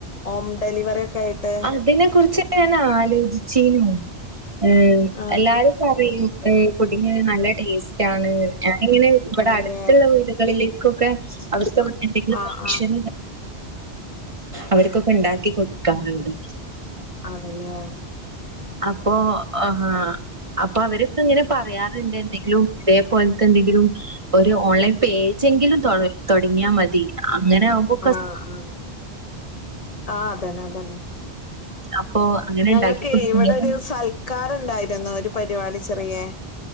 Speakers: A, on the left; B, on the right.
A: ഹോം ഡെലിവറി ഒക്കെ ആയിട്ട്
B: ഇതിനെ കുറിച്ച് ഞാൻ ആലോചിച്ചീനു ഉം
A: ആഹ്
B: എല്ലാരും പറയും ഏഹ് പുഡിങ്ങ് നല്ല ടേസ്റ്റാണ് ഞാനിങ്ങനെ ഇവിടെ
A: ആണല്ലേ
B: അടുത്തുള്ള വീടുകളിലേക്കൊക്കെ അവർക്കവിടെ എന്തെങ്കിലും
A: ആഹ്
B: ഫംഗ്ഷന്
A: ആഹ്
B: അവർക്കൊക്കെ ഉണ്ടാക്കി കൊടുക്കാറുണ്ട്
A: ആണല്ലേ
B: അപ്പോ ആഹ് അപ്പം അവരൊക്കെ ഇങ്ങനെ പറയാറുണ്ട് എന്തെങ്കിലും ഇതേപോലത്തെ എന്തെങ്കിലും ഒരു ഓൺലൈൻ പേജെങ്കിലും തൊടങ്ങിയാ മതി അങ്ങനെ ആവുമ്പം
A: ആഹ് ആഹ് ആ അതന്നെ അതന്നെ
B: അപ്പൊ അങ്ങനെ
A: ഞങ്ങക്കേ
B: ഉണ്ടാക്കി കൊടുക്ക
A: ഇവടെ ഒരു സൽ ക്കാരണ്ടായിരുന്നു ഒരു പരിപാടി ചെറിയേ